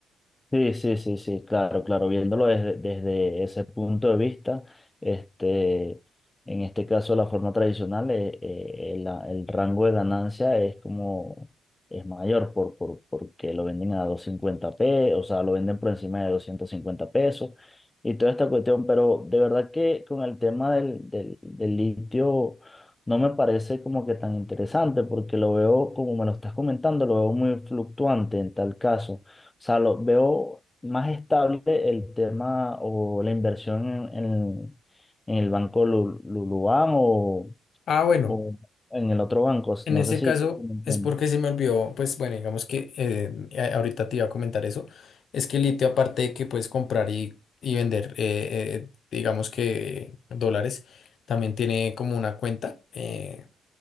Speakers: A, on the left (about 15°); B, on the left (about 60°).
A: Sí, sí, sí, sí, claro, claro, viéndolo desde, desde ese punto de vista, este, en este caso la forma tradicional, eh, eh, el, el rango de ganancia es como, es mayor por, por, porque lo venden a 250 pesos, o sea, lo venden por encima de 250 pesos y toda esta cuestión, pero de verdad que con el tema del, del, del litio no me parece como que tan interesante porque lo veo, como me lo estás comentando, lo veo muy fluctuante en tal caso sea, lo veo más estable el tema o la inversión en, en- en el banco Lu- Luluan o,
B: Ah, bueno,
A: o en el otro banco.
B: en
A: No
B: ese
A: sé si
B: caso
A: si me entiendes.
B: es porque se me olvidó, pues bueno, digamos que eh, a- ahorita te iba a comentar eso. Es que el litio, aparte de que puedes comprar y, y vender, eh, eh, digamos que dólares, también tiene como una cuenta. eh,